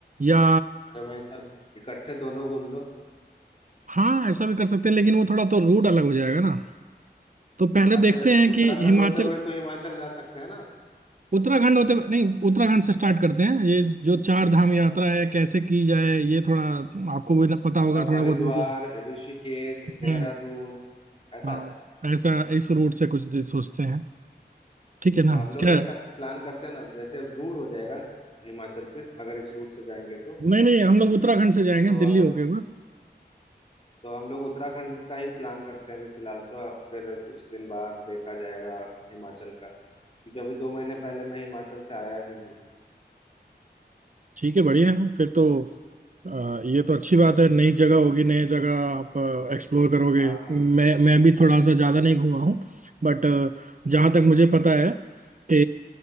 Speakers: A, on the right; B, on the left.
A: या
B: अरे भाई साहब इकट्ठे दोनों घूम लो
A: हाँ ऐसा भी कर सकते हैं लेकिन वो थोड़ा तो रूट अलग हो जाएगा ना तो पहले
B: अच्छा
A: देखते
B: तो
A: हैं कि
B: उत्तराखंड
A: हिमाचल
B: होते हुए तो हिमाचल जा सकते हैं ना
A: उत्तराखंड होते नहीं उत्तराखंड से स्टार्ट करते हैं ये जो चार धाम यात्रा
B: हाँ
A: है कैसे की जाए ये थोड़ा आपको भी पता
B: मतलब
A: होगा थोड़ा
B: हरिद्वार
A: बहुत मुझे
B: ऋषिकेश देहरादून
A: हम्म
B: ऐसा
A: हाँ ऐसा इस रूट से कुछ दिन सोचते हैं ठीक है ना
B: तो हम लोग
A: क्या
B: ऐसा प्लान करते हैं ना जैसे दूर हो जाएगा हिमाचल फिर अगर इस रूट से जाएंगे तो
A: नहीं नहीं हम लोग उत्तराखंड से जाएंगे
B: तो
A: दिल्ली
B: अगर
A: होके
B: तो हम लोग उत्तराखंड का ही प्लान करते हैं अभी फिलहाल तो फिर कुछ दिन बाद देखा जाएगा हिमाचल का क्योंकि अभी दो महीने पहले मैं हिमाचल से आया ही हूँ
A: ठीक है बढ़िया है फिर तो अ, ये तो अच्छी बात है नई जगह होगी नई जगह आप एक्सप्लोर करोगे
B: हाँ हाँ
A: मैं मैं भी थोड़ा सा ज़्यादा नहीं घूमा हूँ बट जहाँ तक मुझे पता है कि